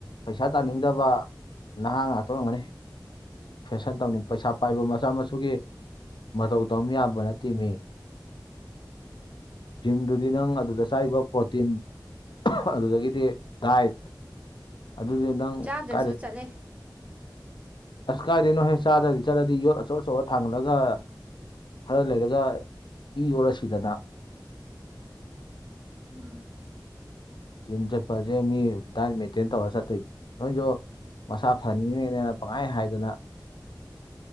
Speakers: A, on the left; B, on the right.
A: ꯄꯩꯁꯥ ꯇꯥꯅꯤꯡꯗꯕ ꯅꯍꯥ ꯉꯥꯛꯇ ꯑꯣꯏꯔꯝꯒꯅꯤ ꯐꯦꯁꯟ ꯇꯧꯅꯤꯡ ꯄꯩꯁꯥ ꯄꯥꯏꯕ ꯃꯆꯥ ꯃꯁꯨꯒꯤ ꯃꯇꯧ ꯇꯝ ꯌꯥꯄꯣꯠ ꯅꯠꯇꯦ ꯃꯤ ꯖꯤꯝꯗꯨꯗꯤ ꯅꯪ ꯑꯗꯨꯗ ꯆꯥꯔꯤꯕ ꯄ꯭ꯔꯣꯇꯤꯟ ꯑꯗꯨꯗꯒꯤꯗꯤ ꯗꯥꯏꯠ ꯑꯗꯨꯗꯤ ꯅꯪ
B: ꯆꯥꯗ꯭ꯔꯁꯨ
A: ꯀꯥꯏꯗꯩ
B: ꯆꯠꯂꯦ
A: ꯑꯁ ꯀꯥꯏꯗꯩꯅꯣꯍꯦ ꯆꯥꯗ꯭ꯔꯗꯤ ꯆꯠꯂꯗꯤ ꯌꯣꯠ ꯑꯆꯧ ꯑꯆꯧꯕ ꯊꯥꯡꯒꯠꯂꯒ ꯈꯔ ꯂꯩꯔꯒ ꯏ ꯑꯣꯗꯅ ꯁꯤꯗꯅ
B: ꯍꯝ
A: ꯖꯤꯝ ꯆꯠꯄꯁꯦ ꯃꯤ ꯗꯥꯥꯏꯠ ꯃꯦꯟꯇꯦꯟ ꯇꯧꯔꯒ ꯆꯠꯇꯣꯏꯅꯦ ꯅꯣꯏꯖꯨ ꯃꯁꯥ ꯐꯅꯤꯡꯉꯤꯅꯦꯅ ꯄꯪꯍꯥꯏ ꯍꯥꯏꯗꯅ